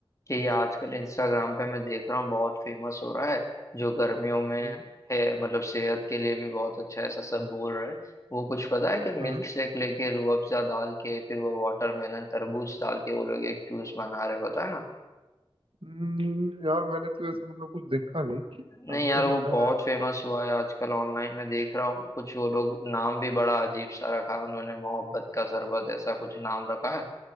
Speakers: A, on the left; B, on the right.
A: कि ये आजकल इंस्टाग्राम
B: हम्म
A: पे मैं देख रहा हूँ बहुत फेमस हो रहा है जो गर्मियों में
B: हम्म
A: है मतलब सेहत के लिए भी बहुत अच्छा है, ऐसा सब बोल रहे हैं वो कुछ पता है कि मिल्क
B: हम्म
A: शेक लेके रूह अफ़ज़ा डाल के फिर वो वाटरमेलन तरबूज डाल के वो लोग एक जूस बना रहे हैं, पता है ना
B: हम्म, यार मैंने तो ऐसा मतलब कुछ देखा नहीं
A: नहीं
B: अभी
A: यार
B: तक
A: वो
B: मैं
A: बहुत फेमस हुआ है आजकल ऑनलाइन में देख रहा हूँ कुछ वो लोग नाम भी बड़ा अजीब सा रखा है उन्होंने मोहब्बत का शरबत ऐसा कुछ नाम रखा है